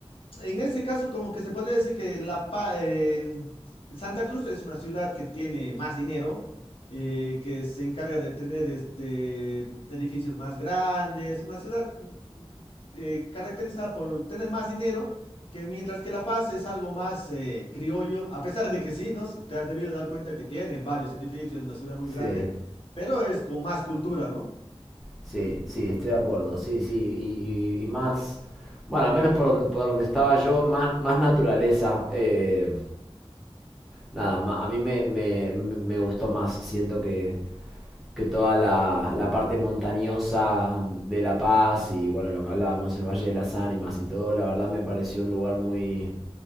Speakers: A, on the left; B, in the centre.
A: en ese caso, como que se podría decir que la Pa- em, Santa Cruz es una ciudad que tiene más dinero, eh, que se encarga de tener este, edificios más grandes, una ciudad mm, eh, caracterizada por tener más dinero, que mientras que La Paz es algo más eh, criollo, a pesar de que sí, ¿no? Si te has debido dar cuenta que tiene varios edificios, es una ciudad muy grande,
B: Sí,
A: pero es con más cultura, ¿no?
B: sí, sí, estoy de acuerdo. Sí, sí, y, y- y más, bueno, al menos por donde, por donde estaba yo, más, más naturaleza. eh, nada, ma- a mí me, me- me gustó más. Siento que, que toda la, la parte montañosa de La Paz y bueno, lo que hablábamos, el Valle de las Ánimas y todo, la verdad me pareció un lugar muy,